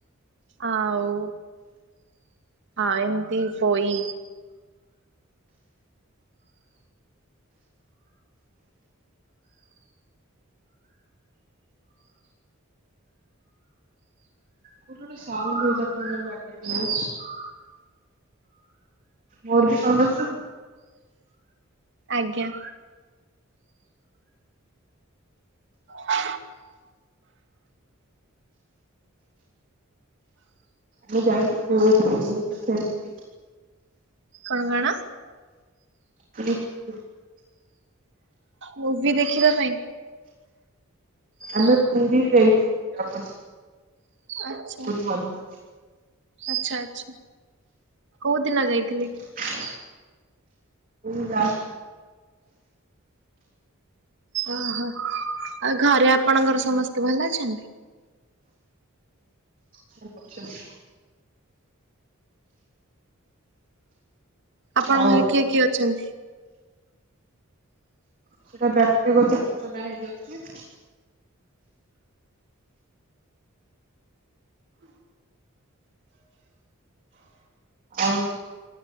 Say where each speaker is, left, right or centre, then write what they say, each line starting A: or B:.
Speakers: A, on the right; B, on the right.
A: ଆଉ ଆଉ ଏମିତି ପୋଇ
B: କୋଉଠି ଗୋଟେ ସାଉଣ୍ଡ ହୋଉଛି ଆପଣଙ୍କ ବ୍ୟାକଗ୍ରାଉଣ୍ଡରେ। ମୋର ବି ସମ <unintelligible>
A: ଆଜ୍ଞା। ଆ
B: ଆମେ ଯାଇ ବ୍ୟସ୍ ରସେଣ୍ଟ <unintelligible>
A: କଣ କଣ?
B: ପୁରୀ ପୁରୀ
A: ମୁଭି ଦେଖିବା ପାଇଁ
B: ଆମେ ପୁରୀ ଯାଇଥିଲୁ <unintelligible>
A: ଆଚ୍ଛା
B: ପୁରୀ ମନ୍ଦିର
A: ଆଚ୍ଛା ଆଚ୍ଛା। କୋଉ ଦିନ ଯାଇଥିଲେ?
B: ହଁ ପୁରୀ ଯାଇ
A: ଓହୋ ଆଉ ଘରେ ଆପଣଙ୍କର ସମସ୍ତେ ଭଲ ଅଛନ୍ତି?
B: ହଛ <inaudible>
A: ଆପଣଙ୍କ
B: ଆଉ
A: ଘରେ କିଏ କିଏ ଅଛନ୍ତି?
B: ସେଟା ବ୍ୟକ୍ତିଗତ ସୂଚନା ହେଇଯାଉଛି। ଆଉ